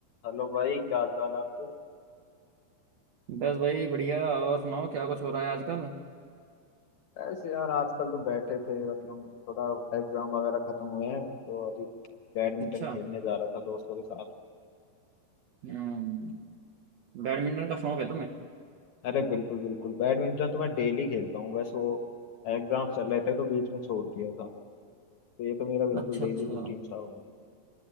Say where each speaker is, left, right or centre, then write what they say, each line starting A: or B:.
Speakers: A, on the left; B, on the right.
A: हेलो भाई क्या हाल चाल है आपके
B: बस भाई बढ़िया और सुनाओ क्या कुछ हो रहा है आजकल
A: ऐसे यार आजकल तो बैठे थे मतलब थोड़ा एग्जाम वगैरह खत्म हुए हैं तो अभी बैडमिंटन
B: अच्छा
A: खेलने जा रहा था दोस्तों के साथ
B: हम्म बैडमिंटन का शौक है तुम्हें
A: अरे बिल्कुल बिल्कुल बैडमिंटन तो मैं डेली खेलता हूँ बस वो एग्जाम चल रहे थे तो बीच में छोड़ दिया था तो ये तो मेरा बिल्कुल
B: अच्छा
A: डेली
B: अच्छा
A: रूटीन सा हो गया